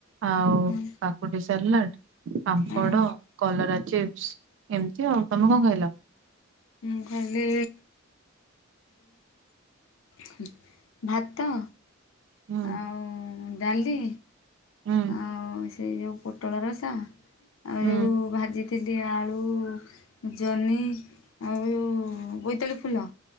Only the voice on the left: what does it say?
ହଁ
ହଁ
ମୁ ଖାଇଲି ହୁଁ ଭାତ
ଆଉ ଡାଲି
ଆଉ ସେଇ ଯେଉ ପୋଟଳ ରସା ଆଉ
ଯେଉ ଭାଜିଥିଲି ଥିଲି ଆଳୁ ଜହ୍ନି ଆଉ ଯୋଉ ବୋଇତାଳୁ ଫୁଲ।